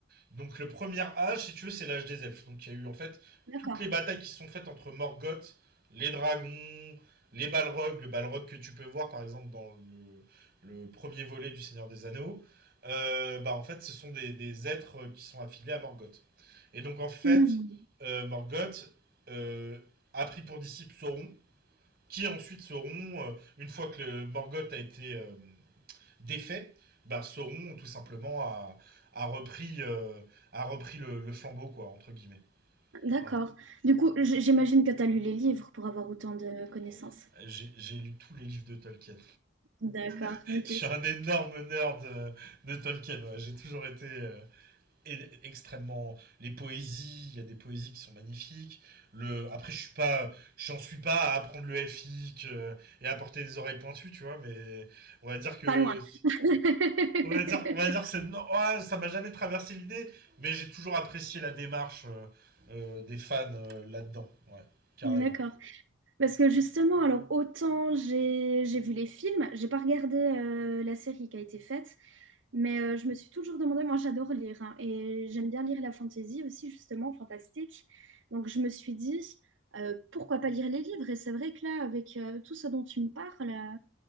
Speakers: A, on the right; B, on the right.
A: donc le premier âge, si tu veux, c'est l'âge des elfes. Donc il y a eu en fait
B: D'accord.
A: toutes les batailles qui se sont faites entre Morgoth, les dragons, les Balrogs, le Balrog que tu peux voir par exemple dans le, le premier volet du Seigneur des Anneaux. Euh, bah en fait, ce sont des, des êtres qui sont affiliés à Morgoth. Et donc en fait,
B: Hmm.
A: euh, Morgoth euh, a pris pour disciple Sauron, qui ensuite Sauron, euh, une fois que le Morgoth a été euh, défaits, bah, Sauron tout simplement a, a repris, euh, a repris le, le flambeau, quoi, entre guillemets.
B: D'accord.
A: Voilà.
B: Du coup, j- j'imagine que tu as lu les livres pour avoir autant de connaissances.
A: Oh. J'ai j'ai lu tous les livres de Tolkien.
B: D'accord.
A: <laughs>
B: Ok.
A: Je suis un énorme nerd de, de Tolkien. ouais. J'ai toujours été euh, é- extrêmement. Les poésies, il y a des poésies qui sont magnifiques. Le... Après, je suis pas, j'en suis pas à apprendre le elfique euh, et à porter des oreilles pointues, tu vois. Mais on va dire que
B: Pas loin. <laughs>
A: On va dire, on va dire que c'est, non, ouais, ça m'a jamais traversé l'idée, mais j'ai toujours apprécié la démarche euh, euh, des fans euh, là-dedans. Ouais, carrément.
B: D'accord. Parce que justement, alors autant j'ai j'ai vu les films, j'ai pas regardé euh, la série qui a été faite. Mais euh, je me suis toujours demandé, moi j'adore lire hein, et j'aime bien lire la fantasy aussi justement, fantastique. Donc je me suis dit, euh, pourquoi pas lire les livres? Et c'est vrai que là, avec euh, tout ce dont tu me parles, euh,